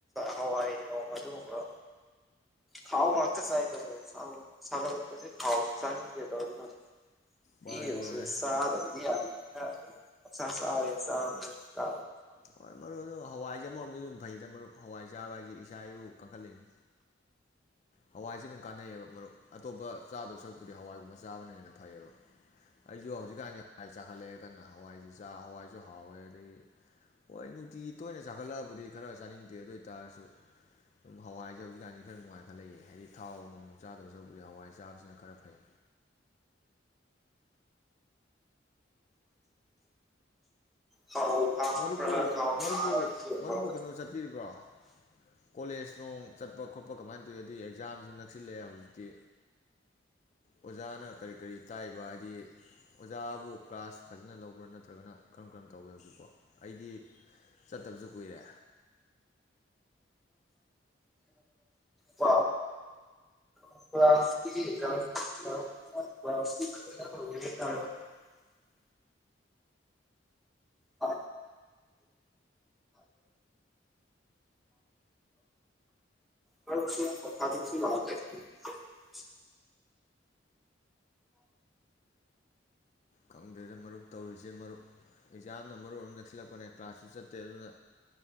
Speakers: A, in the centre; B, on the left.
A: ꯍꯋꯥꯏ ꯅꯧ ꯑꯗꯨꯒꯨꯝꯕ ꯊꯥꯎ ꯉꯥꯛꯇ ꯆꯥꯏꯗꯕ ꯁꯥꯒꯠꯂꯛꯄꯁꯦ ꯊꯥꯎꯁꯤꯦ ꯆꯥꯅꯤꯡꯗꯦꯗ ꯑꯗꯨꯅ
B: ꯃꯥꯅꯦ
A: ꯌꯦꯁ
B: ꯃꯥꯅꯦ
A: ꯆꯥꯗꯗꯤ ꯌꯥꯔꯣꯏ ꯑ ꯈꯥ ꯆꯥꯎꯔꯦ ꯆ ꯀ
B: ꯍꯣꯏ ꯃꯔꯨ ꯑꯗꯨ ꯍꯋꯥꯏꯁꯦ ꯑꯃꯣꯝꯗ ꯑꯗꯨꯝ ꯐꯩꯗ ꯃꯔꯨꯞ ꯍꯋꯥꯏ ꯆꯥꯕ ꯍꯥꯏꯁꯤ ꯏꯁꯥ ꯏꯎ ꯀꯟꯈꯠꯂꯤꯅꯤ ꯍꯋꯥꯏꯁꯦ ꯑꯗꯨꯝ ꯀꯥꯟꯅꯩꯑꯕ ꯃꯔꯨꯞ ꯑꯇꯣꯞꯄ ꯆꯥꯗꯧ ꯁꯔꯨꯛꯄꯨꯗꯤ ꯍꯋꯥꯏꯒꯨꯝꯕ ꯆꯥꯕꯅꯅ ꯐꯩꯌꯦꯕ ꯑꯩꯁꯨ ꯍꯧꯖꯤꯛꯀꯥꯟꯁꯦ ꯍꯋꯥꯏ ꯆꯥꯛꯈꯠꯂꯛꯑꯦ ꯀꯟꯅ ꯍꯋꯥꯏꯁꯦ ꯍꯋꯥꯏꯁꯨ ꯍꯥꯎꯋꯦ ꯑꯗꯒꯤ ꯍꯣꯏ ꯅꯨꯡꯇꯤꯒꯤ ꯇꯣꯏꯅ ꯆꯥꯛꯈꯠꯂꯛꯑꯕꯨꯗꯤ ꯈꯔ ꯆꯥꯅꯤꯡꯇꯦ ꯑꯗꯨ ꯑꯣꯏ ꯇꯥꯔꯁꯨ ꯑꯗꯨꯝ ꯍꯋꯥꯏꯁꯦ ꯍꯧꯖꯤꯛꯀꯥꯟꯁꯦ ꯈꯔ ꯅꯨꯡꯉꯥꯏ ꯈ ꯂꯩꯌꯦ ꯍꯥꯏꯗꯤ ꯊꯥꯎ ꯅꯣꯡ ꯆꯥꯗꯧꯁꯔꯨꯕꯨꯗꯤ ꯍꯋꯥꯏ ꯆꯥꯕꯁꯤꯅ ꯈꯔ ꯐꯩ
A: ꯊꯥꯎ ꯊꯥꯛꯄ꯭ꯔꯥ
B: ꯃꯔꯨꯕꯨ
A: ꯊꯥꯎ
B: ꯃꯔꯨꯕꯨ
A: ꯊꯥꯛꯑꯒ ꯊꯣꯡꯕ
B: ꯃꯔꯨꯕꯨ
A: ꯃꯇꯝꯗ
B: ꯀꯩꯅꯣ ꯆꯠꯄꯤꯔꯤꯕ꯭ꯔꯣ ꯀꯣꯂꯦꯖ ꯅꯣꯡ ꯆꯠꯄ ꯈꯣꯠꯄ ꯀꯃꯥꯏꯅ ꯇꯧꯏꯤ ꯑꯗꯩ ꯑꯦꯛꯖꯥꯝꯁꯨ ꯅꯛꯁꯤꯜꯂꯛꯑꯦ ꯍꯧꯖꯤꯛꯇꯤ ꯑꯣꯖꯥꯅ ꯀꯔꯤ ꯀꯔꯤ ꯇꯥꯛꯏꯕ ꯍꯥꯏꯗꯤ ꯑꯣꯖꯥꯕꯨ ꯀ꯭ꯂꯥꯁ ꯐꯖꯅ ꯂꯧꯕ꯭ꯔꯥ ꯅꯠꯇ꯭ꯔꯒꯅ ꯀꯔꯝ ꯀꯔꯝ ꯇꯧꯏꯦ ꯍꯧꯖꯤꯛꯄꯣ ꯑꯩꯗꯤ ꯆꯠꯇꯕꯁꯨ ꯀꯨꯏꯔꯦ
A: ꯋꯥ ꯥꯁ ꯑꯛꯖꯥꯝꯦ ꯑ ꯐꯔ ꯂ
B: ꯈꯪꯗꯦꯗ ꯃꯔꯨꯞ ꯇꯧꯔꯤꯁꯦ ꯃꯔꯨꯞ ꯑꯦꯛꯖꯥꯝꯅ ꯃꯔꯣꯟꯑꯃ ꯅꯛꯁꯤꯜꯂꯛꯄꯅꯦ ꯀ꯭ꯂꯥꯁꯁꯨ ꯆꯠꯇꯦ ꯑꯗꯨꯅ